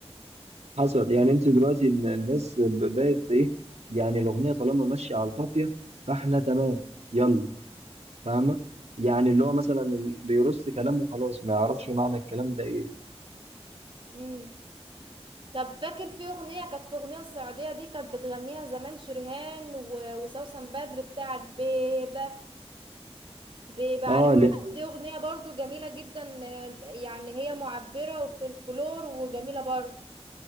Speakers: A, on the right (about 75°); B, on the right (about 50°).
A: حصل يعني انت دلوقتي ال- الناس ب- بقت ايه يعني الاغنيه طالما ماشيه على القافيه فاحنا تمام يلا فاهمه يعني اللي هو مثلا ال- بيرص كلام وخلاص ما يعرفش معنى الكلام ده ايه
B: مم. طب فاكر في أغنية كانت في أغنية الصعيدية دي كانت بتغنيها زمان شرهان و... وسوسن بدر بتاعت بيبة بيبة عارفها
A: اه لا-
B: دي أغنية برضو جميلة جدا آه، يعني هي معبرة وفي الكلور وجميلة برضو